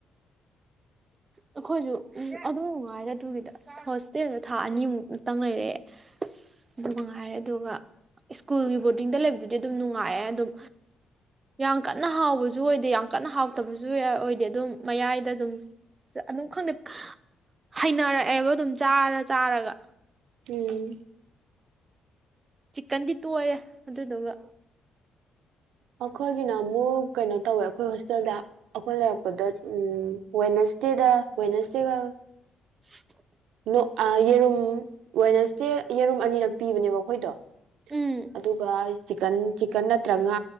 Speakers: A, on the right; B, on the right.
A: ꯑꯩꯈꯣꯏꯖꯨ ꯑꯗꯨꯝ ꯅꯨꯡꯉꯥꯏꯗ ꯑꯗꯨꯒꯤꯗ ꯍꯣꯁꯇꯦꯜꯗ ꯊꯥ ꯑꯅꯤꯃꯨꯛ ꯉꯛꯇꯪ ꯂꯩꯔꯛꯑꯦ ꯑꯗꯨ ꯃꯉꯥꯏꯔꯦ ꯑꯗꯨꯒ ꯁ꯭ꯀꯨꯜꯒꯤ ꯕꯣꯔꯗꯤꯡꯗ ꯂꯩꯕꯗꯨꯗꯤ ꯑꯗꯨꯝ ꯅꯨꯡꯉꯥꯏꯑꯦ ꯑꯗꯨꯝ ꯌꯥꯝ ꯀꯟꯅ ꯍꯥꯎꯕꯁꯨ ꯑꯣꯏꯗꯦ ꯌꯥꯝ ꯀꯟꯅ ꯍꯥꯎꯇꯕꯁꯨ ꯑꯣꯏꯗꯦ ꯑꯗꯨꯝ ꯃꯌꯥꯏꯗ ꯑꯗꯨꯝ ꯑꯗꯨꯝ ꯈꯪꯗꯦ ꯍꯩꯅꯔꯛꯑꯦꯕ ꯑꯗꯨꯝ ꯆꯥꯔ ꯆꯥꯔꯒ
B: ꯎꯝ
A: ꯆꯤꯛꯀꯟꯗꯤ ꯇꯣꯏꯑꯦ ꯑꯗꯨꯗꯨꯒ
B: ꯑꯩꯈꯣꯏꯒꯤꯅ ꯑꯃꯨꯛ ꯀꯩꯅꯣ ꯇꯧꯋꯦ ꯑꯩꯈꯣꯏ ꯍꯣꯁꯇꯦꯜꯗ ꯑꯩꯈꯣꯏ ꯂꯩꯔꯛꯄꯗ ꯎ ꯋꯦꯅꯁꯗꯦꯗ ꯋꯦꯅꯁꯗꯦꯒ
A: <inaudible>
B: ꯅꯣ ꯑꯥ ꯌꯦꯔꯨꯝ ꯋꯦꯅꯦꯁꯗꯦ ꯌꯦꯔꯨꯝ ꯑꯅꯤꯔꯛ ꯄꯤꯕꯅꯦꯕ ꯑꯩꯈꯣꯏꯗꯣ
A: ꯎꯝ
B: ꯑꯗꯨꯒ ꯆꯤꯛꯀꯟ ꯆꯤꯛꯀꯟ ꯅꯠꯇ꯭ꯔꯉꯥ